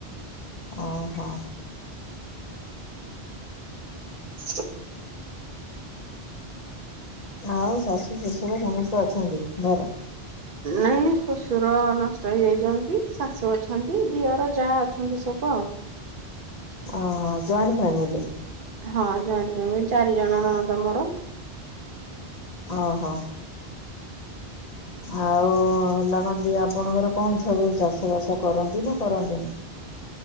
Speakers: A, on the left (about 40°); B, on the right (about 55°).
A: ଓହୋ।
B: <inaudible>
A: ଆଉ ଶାଶୁ ଶଶୁର ସମସ୍ତେ ଅଛନ୍ତି ଘରେ।
B: ନାଇଁ ଶଶୁର ନଷ୍ଟ ହେଇଯାଇଛନ୍ତି ଶାଶୁ ଅଛନ୍ତି ଦିଅର ଯା ଅଛନ୍ତି ସବୁ ଆଉ।
A: ଓହୋ ଜଏଣ୍ଟ ଫ୍ୟାମିଲି।
B: ହଁ ଜଏଣ୍ଟ ଫ୍ୟାମିଲି ଚାରି ଜଣ ନଣନ୍ଦ ମୋର।
A: ଓହୋ।
B: <inaudible>
A: ଆଉ ହେଲା କନ୍ତି ଆପଣଙ୍କର କଣ ସବୁ ଚାଷ ବାସ କରନ୍ତି ନା କରନ୍ତିନି।